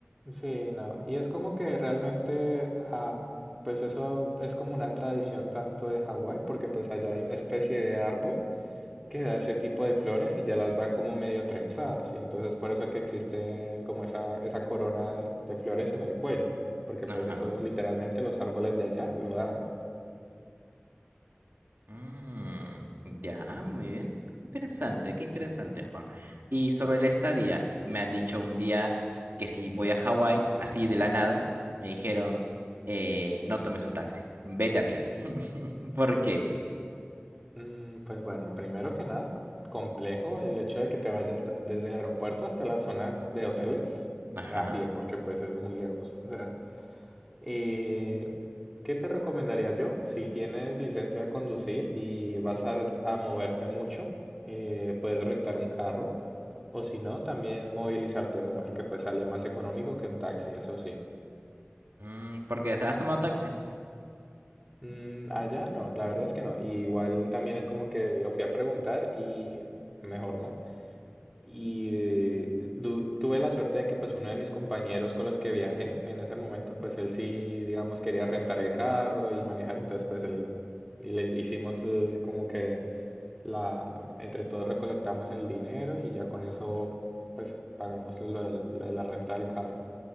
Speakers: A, in the centre; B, on the right.
A: Sí, no. Y es como que realmente, ah, pues eso es como una tradición tanto de Hawái, porque pues allá hay una especie de árbol que da ese tipo de flores y ya las da como medio trenzadas. Y entonces por eso que existe como esa, esa corona de flores en el cuello. Porque
B: Ajá.
A: pues eso literalmente los árboles de allá lo dan.
B: Mm, ya, muy bien. Interesante, qué interesante, Juan. Y sobre la estadía, me han dicho un día que si voy a Hawái, así de la nada, me dijeron, eh, no tomes un taxi, vete a pie. <laughs> ¿Por qué?
A: Mm, pues bueno, primero que nada, complejo el hecho de que te vayas desde el aeropuerto hasta la zona de hoteles
B: Ajá.
A: a pie, porque pues es muy lejos. O sea, Eh, ¿qué te recomendaría yo? Si tienes licencia de conducir y vas a, a moverte mucho, eh, puedes rentar un carro o si no, también movilizarte en Uber, que pues sale más económico que un taxi, eso sí.
B: Mm, porque, o sea, has tomado taxi.
A: Mm, allá no, la verdad es que no. Y igual también es como que lo fui a preguntar y mejor no. Y eh, du- tuve la suerte de que pues uno de mis compañeros con los que viajé en ese momento, pues él sí, digamos, quería rentar el carro y manejar, entonces pues él, y le hicimos el- como que la, entre todos recolectamos el dinero y ya con eso pues pagamos lo del- lo de la renta del carro.